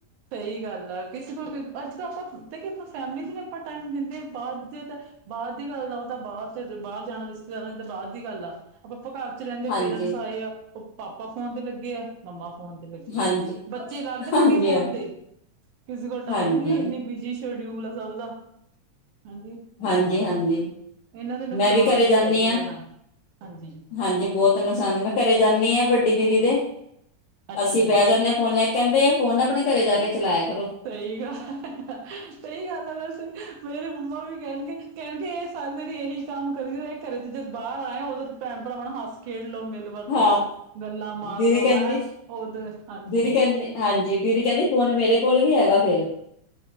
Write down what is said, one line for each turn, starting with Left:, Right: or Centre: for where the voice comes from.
Right: ਸਹੀ ਗੱਲ ਆ ਕਿਸੇ ਕੋਲ ਅੱਜ ਤੋਂ ਆਪਾਂ ਦੇਖੀਏ ਆਪਾਂ ਫੈਮਿਲੀਜ਼ ਨੇ ਆਪਾਂ ਟਾਈਮ ਦਿੰਦੇ ਬਾਅਦ ਚ ਤਾ ਬਾਦ ਦੀ ਗੱਲ ਦਾ ਤਾਂ ਬਾਹਰ ਤੇ ਬਾਹਰ ਜਾਣ ਦੀ ਸੀ ਰਿਸ਼ਤੇਦਾਰ ਦੀ ਗੱਲ ਆ ਆਪਾ ਘਰ ਰਹਿੰਦੇ
Left: ਹਾਂਜੀ
Right: ਪੇਰੈਂਟਸ ਆਏ ਆ, ਪਾਪਾ ਫੋਨ ਤੇ ਲੱਗੇ ਆ। ਮੰਮਾ ਫੋਨ ਤੇ ਲੱਗੇ,
Left: ਹਾਂਜੀ
Right: ਬੱਚੇ ਅਲੱਗ ਲੱਗੇ
Left: ਹਾਂਜੀ
Right: ਫੋਨ
Left: ਹਾਂ
Right: ਕਿਸੀ ਕੋਲ ਟਾਈਮ
Left: ਹਾਂਜੀ
Right: ਹੀ ਨਹੀਂ ਇਨੀ ਬਿਜ਼ੀ ਸ਼ੈਡਿਊਲ ਸਭ ਦਾ ਹਾਂਜੀ। ਹਾਂ,
Left: ਹਾਂਜੀ ਹਾਂਜੀ
Right: ਇਹਨਾਂ ਦਾ ਨੁਕਸਾਨ
Left: ਮੈਂ ਘਰੇ
Right: ਵੀ
Left: ਜਾਂਦੀ
Right: ਹੈਗੇ
Left: ਹਾਂ
Right: ਆ ਨਾ। ਹਾਂਜੀ
Left: ਹਾਂਜੀ ਬਹੁਤ ਮਸੰਦ ਮੈਂ ਘਰੇ ਜਾਨੀ ਆ ਵੱਡੀ ਦੀਦੀ ਦੇ,
Right: ਅੱਛਾ
Left: ਅਸੀਂ ਬਹਿ
Right: ਜੀ
Left: ਜਾਂਦੇ ਆ ਫੋਨ ਨੇ ਕਹਿੰਦੇ ਫੋਨ ਆਪਣੇ ਘਰੇ ਜਾ ਕੇ, ਚਲਾਇਆ ਕਰੋ
Right: ਸਹੀ ਗੱਲ ਸਹੀ ਗੱਲ ਐ ਬੈਸੇ ਸਵੇਰੇ ਮੰਮਾ ਵੀ ਕਹਿਣਗੇ-ਕਹਿਣਗੇ ਇਹ ਸਾਰੀ ਜਿਹੜੀ ਇਹੀ ਕੰਮ ਕਰਦੀ ਘਰੇ ਚ ਬਾਹਰ ਆਇਆ ਉਧਰ ਭੈਣ ਭਰਾਵਾਂ ਨਾਲ ਹੱਸ ਖੇਡ ਲਓ ਮਿਲ ਵਰਤ
Left: ਹਾਂ
Right: ਲਓ, ਗੱਲਾਂ ਮਾਰ
Left: ਦੀਦੀ
Right: ਲਓ
Left: ਕਹਿੰਦੀ
Right: ਉਹ ਤੇਰੇ ਹਾਂਜੀ।
Left: ਦੀਦੀ ਕਹਿੰਦੀ ਹਾਂਜੀ ਦੀਦੀ ਕਹਿੰਦੀ ਫੋਨ ਮੇਰੇ ਕੋਲ ਵੀ ਹੈਗਾ ਫੇਰ